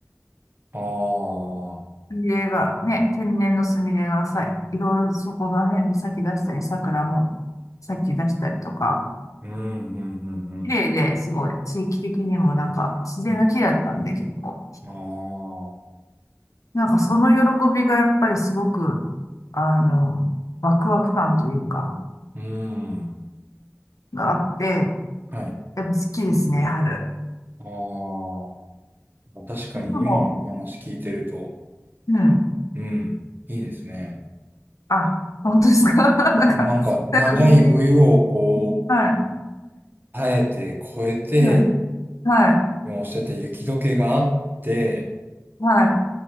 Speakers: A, on the right; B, on the left.
A: あ、ああ、
B: スミレがね、天然のスミレがさ、いろいろそこら辺で咲き出したり、桜も咲き出したりとか、
A: うん、うん、うん、
B: 綺麗ですごい、地域的にもなんか自然が綺麗だったんで結構。
A: うん。ああ、
B: なんかその喜びがやっぱりすごく、あの、ワクワク感というか、
A: うん、
B: があって、
A: はい。
B: やっぱ好きですね、春。
A: ああ、確かに今のお話聞いてると、
B: うんでも、うん。
A: うん、いいですね。
B: あ、本当ですか <laughs> なんか、
A: なんか、長い冬をこう、
B: なんか別に、はい、
A: 耐えて、越えて、
B: はい、はい、
A: もうおっしゃった雪解けがあって、
B: はい、